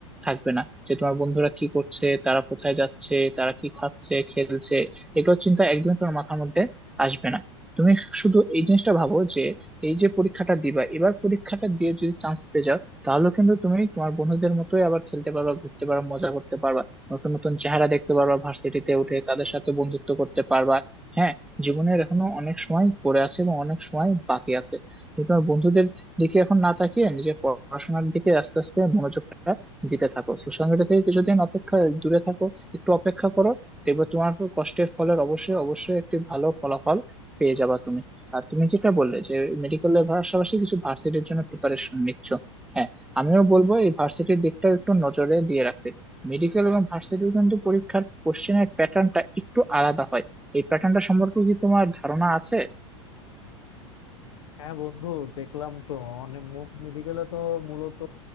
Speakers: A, in the centre; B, on the left (about 65°).
A: থাকবে না যে তোমার বন্ধুরা কি করছে তারা কোথায় যাচ্ছে তারা কি খাচ্ছে খেলছে এগুলো চিন্তা একদমই তোমার মাথার মধ্যে আসবে না তুমি শুধু এই জিনিসটা ভাবো যে এই যে পরীক্ষাটা দিবা এবার পরীক্ষাটা দিয়ে যদি চান্স পেয়ে যাও তাহলে কিন্তু তুমি তোমার বন্ধুদের মতোই আবার খেলতে পারবা ঘুরতে পারবা মজা করতে পারবা নতুন নতুন চেহারা দেখতে পারবা ভার্সিটিতে উঠে তাদের সাথে বন্ধুত্ব করতে পারবা হ্যাঁ জীবনের এখনো অনেক সময় পড়ে আছে এবং অনেক সময় বাকি আছে তুমি তোমার বন্ধুদের দিকে এখন না তাকিয়ে নিজের পড়াশোনার দিকে আস্তে আস্তে মনোযোগটা দিতে থাকো সোশ্যাল মিডিয়া থেকে কিছুদিন অপেক্ষা দূরে থাকো একটু অপেক্ষা করো দেখবে তোমার উপর কষ্টের ফলের অবশ্যই অবশ্যই একটি ভালো ফলাফল পেয়ে যাবা তুমি আর তুমি যেটা বললে যে মেডিকেলের পাশাপাশি কিছু ভার্সিটির জন্য প্রিপারেশন নিচ্ছ হ্যাঁ আমিও বলবো এই ভার্সিটির দিকটা একটু নজরে দিয়ে রাখতে মেডিকেল এবং ভার্সিটির কিন্তু পরীক্ষার কোশ্চেনের প্যাটার্নটা একটু আলাদা হয় এই প্যাটার্নটা সম্পর্কে কি তোমার ধারণা আছে
B: হ্যাঁ বন্ধু দেখলাম তো অনেক মেডিকেলে তো মূলত